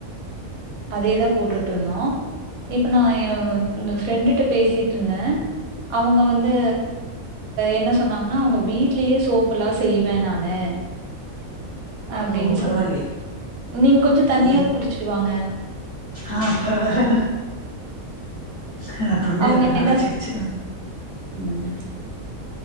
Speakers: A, on the right (about 85°); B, on the left (about 30°).
A: அதேதா போட்டுட்டு இருந்தோ இப்ப நா எ பிரண்டுட்ட பேசிட்ருந்தே அவங்க வந்து என்ன சொன்னாங்கன்னா அவங்க வீட்லயே சோப் பெல்லா செய்வே நானு அப்டின்னு
B: ஓ பரவாயில்லயே
A: சொன்னாங்க நீங்க கொஞ்ச தண்ணியாவது
B: ம்
A: குடிச்சிட்டு வாங்க
B: ஆ பரவால்ல ஏனா தொண்டையில
A: அவங்க
B: கொஞ்சோ
A: என்ன
B: அடைச்சிக்கிச்சு
A: ம்,